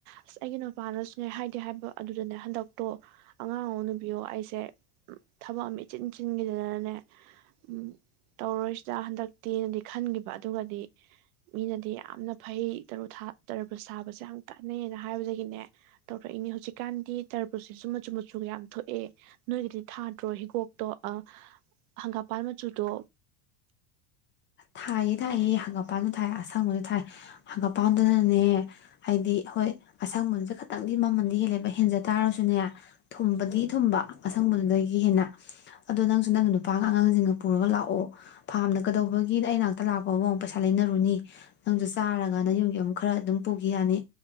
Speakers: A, on the right (about 70°); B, on the left (about 30°).
A: ꯑꯁ ꯑꯩꯒꯤ ꯅꯨꯄꯥꯅꯁꯨꯅꯦ ꯍꯥꯏꯗꯤ ꯍꯥꯏꯕ ꯑꯗꯨꯗꯅꯦ ꯍꯟꯗꯛꯇꯣ ꯑꯉꯥꯡꯑꯣ ꯅꯨꯕꯤꯌꯣ ꯑꯩꯁꯦ ꯎꯝ ꯊꯕꯛ ꯑꯃ ꯏꯆꯤꯟ ꯆꯤꯟꯒꯤꯗꯅꯅꯦ ꯎꯝ ꯇꯧꯔꯣꯏꯁꯤꯗ ꯍꯟꯗꯛꯇꯤꯅꯗꯤ ꯈꯟꯒꯤꯕ ꯑꯗꯨꯒꯗꯤ ꯃꯤꯅꯗꯤ ꯌꯥꯝꯅ ꯐꯩ ꯇꯔꯨ ꯊꯥ ꯇꯔꯨꯛ ꯇꯔꯕꯨꯖ ꯁꯥꯕꯁꯦ ꯌꯥꯝ ꯀꯥꯅꯩꯅ ꯍꯥꯏꯕꯗꯒꯤꯅꯦ ꯇꯧꯔꯛꯏꯅꯦ ꯍꯧꯖꯤꯛꯀꯥꯟꯗꯤ ꯇꯔꯕꯨꯖꯁꯤꯁꯨ ꯃꯆꯨ ꯃꯆꯨꯒ ꯌꯥꯝ ꯊꯣꯛꯑꯦ ꯅꯣꯏꯒꯤꯗꯤ ꯊꯥꯗ꯭ꯔꯣ ꯍꯤꯒꯣꯛ ꯇꯣ ꯑ ꯍꯪꯒꯥꯄꯥꯟ ꯃꯆꯨꯗꯣ
B: ꯊꯥꯏꯌꯦ ꯊꯥꯏꯌꯦ ꯍꯪꯒꯄꯥꯟꯁꯨ ꯊꯥꯏ ꯑꯁꯪꯕꯁꯨ ꯊꯥꯏ꯫ ꯍꯪꯒꯥꯄꯥꯟꯗꯨꯅꯅꯦ ꯍꯥꯏꯗꯤ ꯍꯣꯏ ꯑꯁꯪꯕꯗꯨꯁꯨ ꯈꯤꯇꯪꯗꯤ ꯃꯃꯟꯗꯤ ꯍꯦꯜꯂꯦꯕ ꯍꯦꯟꯖ ꯇꯥꯔꯁꯨꯅꯦ ꯊꯨꯝꯕꯗꯤ ꯊꯨꯝꯕ ꯑꯁꯪꯕꯗꯨꯗꯒꯤ ꯍꯦꯟꯅ ꯑꯗꯣ ꯅꯪꯁꯨ ꯅꯪ ꯅꯨꯄꯥꯒ ꯑꯉꯥꯡꯁꯤꯡꯒ ꯄꯨꯔꯒ ꯂꯥꯛꯑꯣ꯫ ꯐꯥꯔꯝꯗ ꯀꯩꯗꯧꯕꯒꯤꯅ ꯑꯩ ꯅꯥꯛꯇ ꯂꯥꯛꯄꯕꯨ ꯑꯃꯨꯛ ꯄꯩꯁꯥ ꯂꯩꯅꯔꯨꯅꯤ ꯅꯪꯖꯨ ꯆꯥꯔꯒꯅ ꯅꯌꯨꯝꯒꯤ ꯑꯃꯨꯛ ꯈꯔ ꯑꯗꯨꯝ ꯄꯨꯈꯤ ꯌꯥꯅꯤ꯫